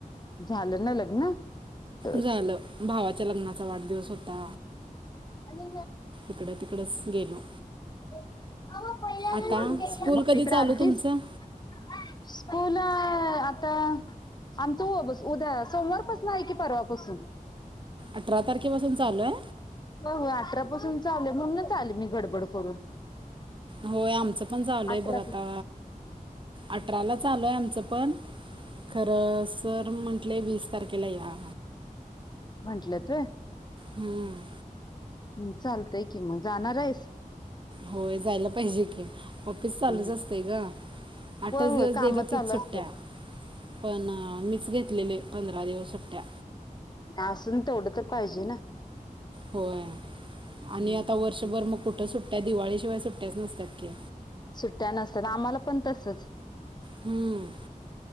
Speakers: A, on the left (about 30°); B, on the right (about 35°).
A: झालं ना लग्न हा
B: झालं भावाच्या लग्नाचा वाढदिवस होता
A: आणि
B: इकडं तिकडंच गेलो
A: <unintelligible>
B: आता स्कूल कधी
A: इकडं
B: चालू
A: आणि
B: तुमचं
A: ती आता आमचं वो बस उद्या सोमवारपसनं आहे की परवापासून
B: अठरा तारखेपासून चालू हाय
A: हो अठरापासून चालू हाय म्हणूनच आले मी गडबड करून
B: होय आमचं पण झालंय
A: अठरा
B: बघ आता अठराला चालू हाय आमचं पण खरं सर म्हंटले वीस तारखेला या
A: म्हंटल्यात व्हय
B: हम्म
A: हम्म चालतयं की मग जाणार आहेस?
B: होय जायला पाहिजे कि ऑफिस चालूच
A: होय
B: असतंय ग आठच
A: होय
B: दिवस
A: काम
B: देत होतेत
A: चालू
B: सुट्ट्या
A: असतात
B: पण मीच घेतलेले पंधरा दिवस सुट्ट्या
A: असून तेवढं तर पाहिजे ना
B: होय आणि
A: हम्म
B: आता वर्षभर मग कुठं सुट्ट्या दिवाळी शिवाय सुट्ट्याच नसतात <unintelligible>
A: सुट्ट्या नसतात आम्हांला पण तसंच
B: हम्